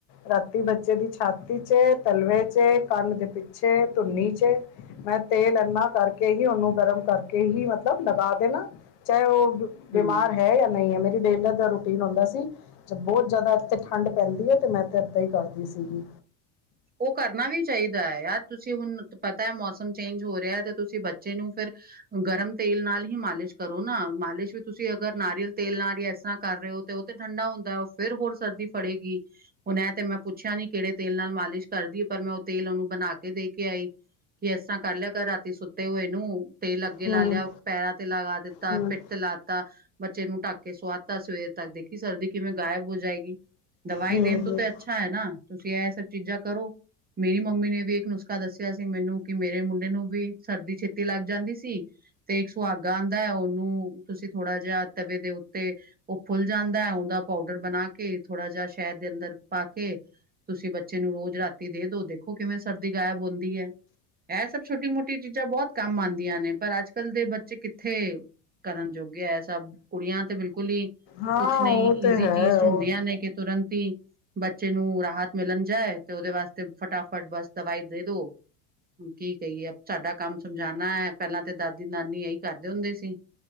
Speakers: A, on the left (about 70°); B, on the right (about 20°).
A: ਰਾਤੀ ਬੱਚੇ ਦੀ ਛਾਤੀ ਚ ਤਲਵੇ ਚ ਕੰਨ ਦੇ ਪਿੱਛੇ ਧੁਨੀ ਚ ਮੈਂ ਤੇਲ ਇਨਾ ਕਰਕੇ ਹੀ ਉਹਨੂੰ ਗਰਮ ਕਰਕੇ ਹੀ ਮਤਲਬ ਲਗਾ ਦੇਣਾ ਚਾਹੇ ਉਹ
B: ਹੂੰ।
A: ਬਿਮਾਰ ਹੈ ਜਾਂ ਨਹੀਂ ਹੈ ਮੇਰੀ ਡੇਲੀ ਦਾ ਰੂਟੀਨ ਹੁੰਦਾ ਸੀ ਬਹੁਤ ਜਿਆਦਾ ਇਥੇ ਠੰਡ ਪੈਂਦੀ ਹੈ ਤੇ ਮੈਂ ਤੇ ਇਦਾਂ ਹੀ ਕਰਦੀ ਸੀਗੀ।
B: ਉਹ ਕਰਨਾ ਵੀ ਚਾਹੀਦਾ ਹੈ ਯਾਰ ਤੁਸੀਂ ਹੁਣ ਪਤਾ ਹੈ ਮੌਸਮ ਚੇਂਜ ਹੋ ਰਿਹਾ ਤੇ ਤੁਸੀਂ ਬੱਚੇ ਨੂੰ ਫਿਰ ਗਰਮ ਤੇਲ ਨਾਲ ਹੀ ਮਾਲਿਸ਼ ਕਰੋ ਨਾ ਮਾਲਿਸ਼ ਵੀ ਤੁਸੀਂ ਅਗਰ ਨਾਰੀਅਲ ਤੇਲ ਨਾਲ ਕਰ ਰਹੇ ਹੋ ਤੇ ਉਹ ਤੇ ਠੰਡਾ ਹੁੰਦਾ ਉਹ ਫੇਰ ਹੋਰ ਸਰਦੀ ਪੜੇਗੀ ਹੁਣ ਐ ਤੇ ਮੈਂ ਪੁੱਛਿਆ ਨੀ ਕਿਹੜੇ ਤੇਲ ਨਾਲ ਮਾਲਿਸ਼ ਕਰਦੀ ਹੈ ਪਰ ਮੈਂ ਉਹ ਤੇਲ ਉਹਨੂੰ ਬਣਾ ਕੇ ਦੇ ਕੇ ਆਈ। ਕਿ ਐਸਾਂ ਕਰ ਲਿਆ ਕਰ ਰਾਤੀ ਸੁੱਤੇ ਹੋਏ ਨੂੰ ਤੇ ਲੱਗੇ
A: ਹੂੰ
B: ਲਾ ਲਿਆ ਪੈਰਾਂ ਤੇ ਲਗਾ ਦਿੱਤਾ
A: ਹੂੰ
B: ਪਿੱਠ ਤੇ ਲਾਤਾ ਬੱਚੇ ਨੂੰ ਢੱਕ ਕੇ ਸੁਆ ਦਿੱਤਾ ਤਾਂ ਸਵੇਰ ਤੱਕ ਦੇਖੀ ਸਰਦੀ ਕਿਵੇਂ ਗਾਇਬ ਹੋ ਜਾਏਗੀ। ਦਵਾਈ
A: ਹੂੰ
B: ਦੇਣ ਤੋਂ
A: ਹੂੰ
B: ਤੇ ਅੱਛਾ ਹੈ ਨਾ ਤੁਸੀਂ ਇਹ ਸਭ ਚੀਜ਼ਾਂ ਕਰੋ। ਮੇਰੀ ਮੰਮੀ ਨੇ ਵੀ ਇੱਕ ਨੁਸਖਾ ਦੱਸਿਆ ਸੀ ਮੈਨੂੰ ਕਿ ਮੇਰੇ ਮੁੰਡੇ ਨੂੰ ਵੀ ਸਰਦੀ ਛੇਤੀ ਲੱਗ ਜਾਂਦੀ ਸੀ। ਤੇ ਇੱਕ ਸੁਹਾਗਾਂ ਆਉਂਦਾ ਉਹਨੂੰ ਤੁਸੀਂ ਥੋੜਾ ਜਿਹਾ ਤਵੇ ਦੇ ਉੱਤੇ ਉਹ ਫੁੱਲ ਜਾਂਦਾ ਹੈ ਉਹਦਾ ਪਾਊਡਰ ਬਣਾ ਕੇ ਥੋੜਾ ਜਿਹਾ ਸ਼ਹਿਦ ਦੇ ਅੰਦਰ ਪਾ ਕੇ ਤੁਸੀਂ ਬੱਚੇ ਨੂੰ ਰੋਜ਼ ਰਾਤੀ ਦੇ ਦੋ ਦੇਖੋ ਕਿਵੇਂ ਸਰਦੀ ਗਾਇਬ ਹੁੰਦੀ ਹੈ। ਇਹ ਸਭ ਛੋਟੀ ਮੋਟੀ ਚੀਜ਼ਾਂ ਬਹੁਤ ਕੰਮ ਆਉਂਦੀਆਂ ਨੇ ਪਰ ਅੱਜ ਕੱਲ੍ਹ ਦੇ ਬੱਚੇ ਕਿੱਥੇ ਕਰਨ ਜੋਗੇ ਹੈ ਸਭ ਕੁੜੀਆਂ ਤੇ ਬਿਲਕੁਲ ਹੀ
A: ਹਾਂ
B: ਕੁਛ ਨਹੀਂ
A: ਉਹ ਤਾਂ
B: ਈਜ਼ੀ
A: ਹੈ
B: ਚੀਜ਼
A: ਉਹ
B: ਹੁੰਦੀਆਂ ਨੇ ਕਿ ਤੁਰੰਤ ਹੀ ਬੱਚੇ ਨੂੰ ਰਾਹਤ ਮਿਲਣ ਜਾਏ ਤੇ ਉਹਦੇ ਵਾਸਤੇ ਫਟਾਫਟ ਬਸ ਦਵਾਈ ਦੇ ਦੋ ਹੁਣ ਕੀ ਕਹੀਏ ਸਾਡਾ ਕੰਮ ਸਮਝਾਣਾ ਹੈ ਪਹਿਲਾਂ ਤਾਂ ਦਾਦੀ ਨਾਨੀ ਇਹੀ ਕਰਦੇ ਹੁੰਦੇ ਸੀ।